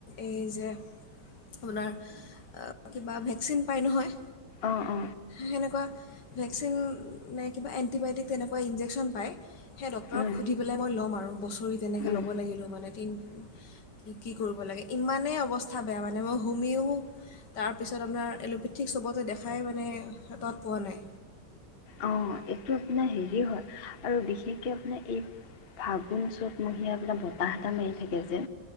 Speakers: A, on the left; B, on the left.
A: এই যে আপোনাৰ কিবা ভেকচিন পায় নহয়।
B: অ অ
A: সেনেকুৱা ভেকচিন নে কিবা এণ্টিবায়টিক তেনেকুৱা ইনজেকচন পায়। সেই ডক্তৰক
B: উম
A: সুধি পেলে মই লম আৰু। বছৰি তেনেকে
B: উম
A: ল মানে তি কি কি কৰিব লাগে। ইমানেই অৱস্থা বেয়া মানে। মই হোমিও তাৰপিছত আপোনাৰ এল'পেথিক চবতে দেখাই মানে তত পোৱা নাই।
B: অ এইটো আপোনাৰ হেৰি হয়। আৰু বিশেষকে আপোনাৰ এই ফাগুন চ'তমহীয়া আপোনাৰ বতাহ এটা মাৰি থাকে যে।